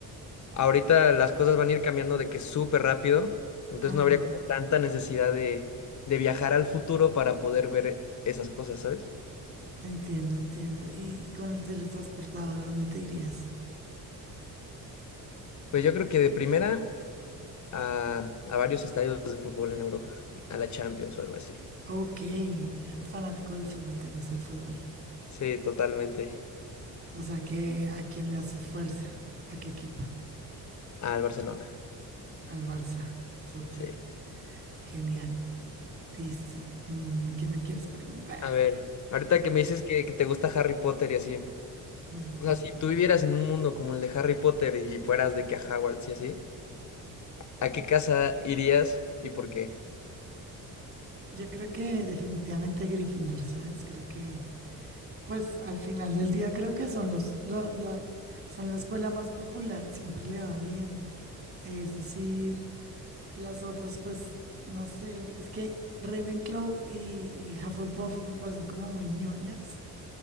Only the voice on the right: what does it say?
Ajá,
entiendo, entiendo. ¿Y con el teletransportador a dónde te irías?
Ok, el fanático del fútbol, ¿te gusta el fútbol?
O sea que ¿a quién le haces fuerza? ¿A qué equipo?
Al Barça. Súper.
Genial. Listo. Mm, ¿Qué me quieres preguntar?
Ujú.
Yo creo que definitivamente Gryffindor, ¿sabes? Creo que, pues al final del día creo que son los, lo- la, son la escuela más popular, siempre le va bien. Es decir, Las otras, pues, no sé, es que Ravenclaw y, y Hufflepuff me parecen como muy ñoñas.